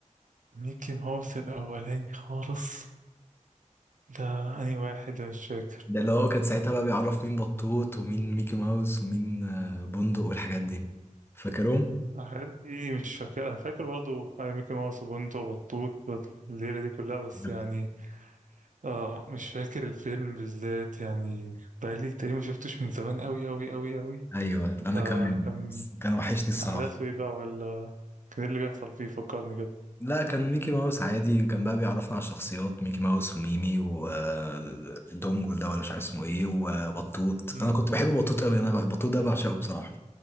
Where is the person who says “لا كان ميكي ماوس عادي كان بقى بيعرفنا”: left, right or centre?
Left